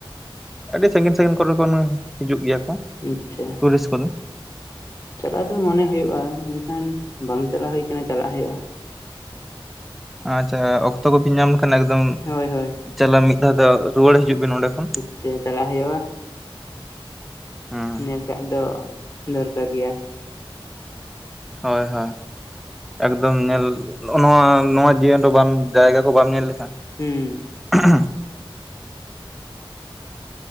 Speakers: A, in the centre; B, on the left.
A: ᱟᱹᱰᱤ ᱥᱟᱺᱜᱤᱧ ᱥᱟᱺᱜᱤᱧ ᱠᱚᱨᱮᱱ ᱠᱷᱚᱱ ᱦᱤᱡᱩᱜ ᱜᱮᱭᱟ ᱠᱚ᱾
B: ᱟᱪᱪᱷᱟ
A: ᱴᱩᱨᱤᱥ ᱠᱚᱫᱚ᱾
B: ᱪᱟᱞᱟᱣ ᱫᱚ ᱢᱚᱱᱮ ᱦᱳᱭᱳᱜᱼᱟ, ᱢᱮᱱᱠᱷᱟᱱ ᱵᱟᱝ ᱪᱟᱞᱟᱜ ᱦᱳᱭ ᱠᱟᱱᱟ ᱪᱟᱞᱟᱜ ᱦᱳᱭᱳᱜᱼᱟ᱾
A: ᱟᱪᱪᱷᱟ ᱚᱠᱛᱚ ᱠᱚᱵᱤᱱ ᱧᱟᱢ ᱞᱮᱠᱷᱟᱱ ᱮᱠᱫᱚᱢ
B: ᱦᱳᱭ ᱦᱳᱭ
A: ᱪᱚᱞᱚ ᱢᱤᱫ ᱫᱷᱟᱣ ᱫᱚ ᱨᱩᱣᱟᱹᱲ ᱦᱤᱡᱩᱜ ᱵᱤᱱ ᱚᱸᱰᱮ ᱠᱷᱚᱱ᱾
B: ᱪᱮ ᱪᱟᱞᱟᱜ ᱦᱩᱭᱩᱜᱼᱟ᱾
A: ᱦᱮᱸ
B: ᱧᱮᱞ ᱠᱟᱜ ᱫᱚ ᱫᱚᱨᱠᱟᱨ ᱜᱮᱭᱟ᱾
A: ᱦᱳᱭ ᱦᱳᱭ᱾ ᱮᱠᱫᱚᱢ ᱧᱮᱞ ᱱᱚᱣᱟ ᱱᱚᱣᱟ ᱡᱤᱭᱚᱱ ᱨᱮ ᱵᱟᱢ ᱡᱟᱭᱜᱟ ᱠᱚ ᱵᱟᱢ ᱧᱮᱞ ᱞᱮᱠᱷᱟᱱ,
B: ᱦᱩᱸ
A: <unintelligible>